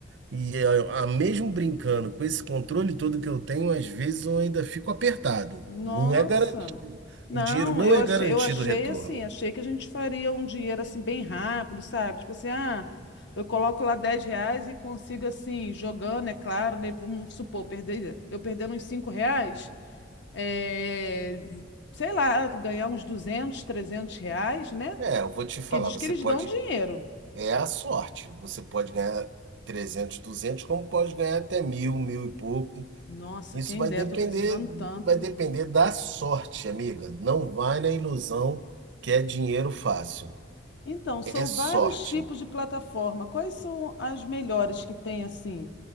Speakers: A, on the right; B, on the left.
A: e a, a- mesmo brincando com esse controle todo que eu tenho, às vezes eu ainda fico apertado.
B: Nossa.
A: Não é garantido.
B: Não,
A: O dinheiro não
B: eu
A: é
B: achei,
A: garantido
B: eu achei
A: o retorno.
B: assim, achei que a gente faria um dinheiro assim bem rápido, sabe? Tipo assim, ah, eu coloco lá 10 reais e consigo assim, jogando, é claro, né? Vamos supor, perder, eu perdendo uns 5 reais, é, sei lá, ganhar uns 200, 300 reais, né?
A: É, eu vou te
B: Porque
A: falar,
B: diz
A: você
B: que eles
A: pode,
B: dão dinheiro.
A: é a sorte. Você pode ganhar 300, 200, como pode ganhar até mil, mil e pouco.
B: Nossa,
A: Isso
B: quem
A: vai
B: dera,
A: depender,
B: tô precisando tanto.
A: vai depender da sorte, amiga. Não vai na ilusão que é dinheiro fácil.
B: Então, são
A: É sorte.
B: vários tipos de plataforma. Quais são as melhores que tem assim?